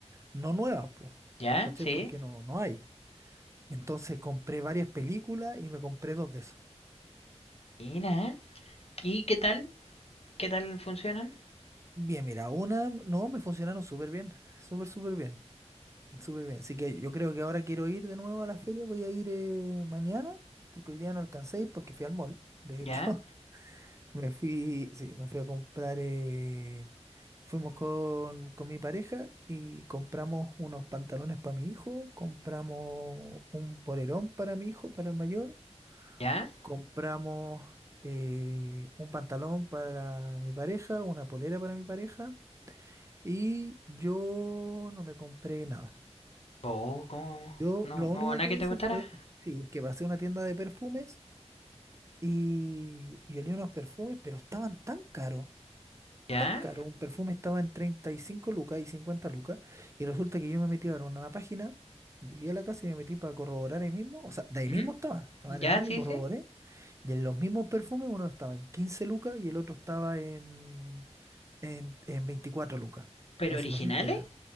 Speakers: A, on the right; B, on the left.
A: no nuevas, pues,
B: Ya,
A: ¿cachai?
B: sí.
A: Porque no, no hay. Entonces compré varias películas y me compré dos de esos.
B: Mira. ¿Y qué tal? ¿Qué tal funcionan?
A: Bien, mira, una, no, me funcionaron súper bien, súper, súper bien. Súper bien. Así que yo creo que ahora quiero ir de nuevo a la feria. Voy a ir eh, mañana, porque hoy día no alcancé a ir porque fui al mall. De
B: Ya,
A: hecho, <laughs> me fui, sí, me fui a comprar. eh, fuimos con, con mi pareja y compramos unos pantalones para mi hijo. Compramos un polerón para mi hijo, para el mayor.
B: ya.
A: Compramos eh, un pantalón para mi pareja, una polera para mi pareja. Y yo no me compré nada.
B: Oh, ¿cómo?
A: Yo
B: No,
A: lo
B: no
A: único
B: hubo nada
A: que
B: que
A: hice
B: te gustara.
A: fue, sí, que pasé a una tienda de perfumes y, y olí unos perfumes, pero estaban tan caros,
B: Ya,
A: tan caros. Un perfume estaba en 35 lucas y 50 lucas. Y resulta que yo me metí a ver una página, llegué a la casa y me metí para corroborar ahí mismo. O sea, de ahí
B: ¿Mm?
A: mismo estaba, estaba en
B: ya,
A: el mall
B: sí,
A: y corroboré.
B: sí.
A: Y en los mismos perfumes, uno estaba en 15 lucas y el otro estaba en, en, en 24 lucas.
B: ¿Pero
A: Entonces,
B: originales?
A: imagínate, eran